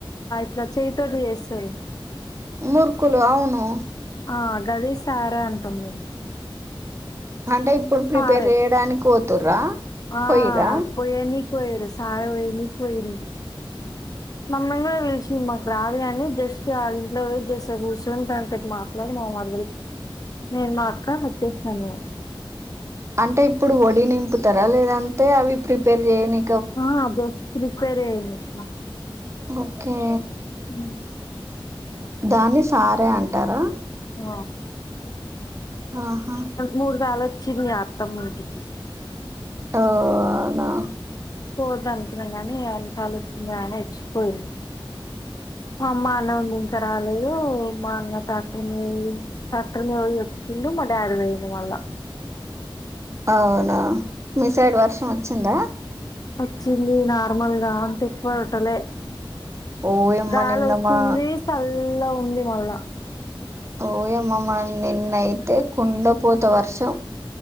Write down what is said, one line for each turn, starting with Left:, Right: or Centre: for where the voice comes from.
Left: ఇట్లా చేయితోటి యేస్తాయి.
Right: మురుకులు అవును.
Left: ఆ గది సారా అంటాం మేము.
Right: అంటే ఇప్పుడు ప్రిపేర్
Left: సారే
Right: జెయడానికి పోతుర్రా
Left: ఆ
Right: పోయిర్రా
Left: పొయనీకి పొయురు సార పొయి నీకి పొయిరు
Right: పాహింది
Left: మమ్మల్ని గుడ పిలిషింది మాకు రాదుగాని జస్ట్ వాల్ ఇంట్లో బొయి వెయిట్ చేస కూసోని తన తోటి మాట్లాడి మామా నేను మాఅక్క వచ్చేచ్చను
Right: అంటే ఇప్పుడు వడి నింపుతర లేదంటే అవి ప్రిపేర్ చేయని
Left: ఆ జస్ ప్రిపేర్ చైనికి
Right: ఓకే
Left: హ్మ్
Right: దాన్ని సార అంటారా
Left: ఆ
Right: ఆహా
Left: మూడు సాలొచ్చింది అత్తమ్మింటికి
Right: ఓ అవునా
Left: పోవద్దు అనుకున్నాం గానీ అన్నిసార్లు వచ్చిండా అని ఎచ్చ్కుపొయిన్ అమ్మా నువింకరా మా అన్న టట్టిర్న్ బొయ్ టట్టిర్న్ బొయ్ వచ్చిండు మా డాడీ బొయిండు మళ్ళ
Right: అవునా మీ సైడ్ వర్షం వచ్చిందా
Left: వచ్చింది నార్మల్గా అంత ఎక్కువ బెటలే
Right: ఓయమ్మ
Left: గాలొస్తుంది
Right: నిన్న మా
Left: సల్లగుంది మళ్ళా
Right: ఓయమ్మ మ నిన్నయితే కుండ పోత వర్షం